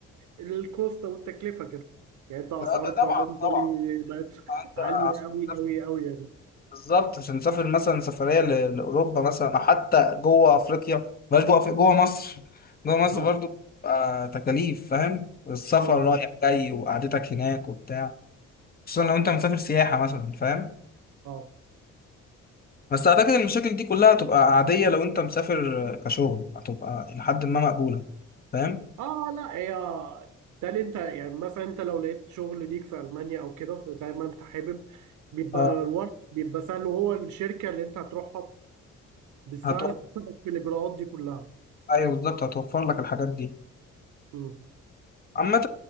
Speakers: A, on the right; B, on the left.
A: الكوست والتكلفه كده يعني انت اسعار
B: لا ده
A: الطيران
B: طبعا
A: بالي
B: طبعا
A: بقت
B: انت
A: عاليه
B: عشان
A: قوي
B: تسافر-
A: قوي قوي يعني
B: بالظبط عشان تسافر مثلا سفريه ل- لاوروبا مثلا او حتى جوه افريقيا بلاش جوه أفريقيا جوه مصر جوه مصر
A: اه
B: برضو آه تكاليف فاهم السفر
A: أمم.
B: رايح جاي وقعدتك هناك وبتاع خصوصا لو انت مسافر سياحه مثلا فاهم
A: اه
B: بس اعتقد المشاكل دي كلها هتبقى عاديه لو انت مسافر كشغل هتبقى لحد ما مقبوله فاهم
A: اه لا هي تالي انت يعني مثلا انت لو لقيت شغل ليك في المانيا او كده زي ما انت حابب بيبقى
B: اه
A: الورق بيبقى سهل وهو الشركه اللي انت هتروحها بتساعدك
B: هتوفر
A: في الاجراءات دي كلها
B: ايوه بالظبط هتوفر لك الحاجات دي
A: امم
B: عامة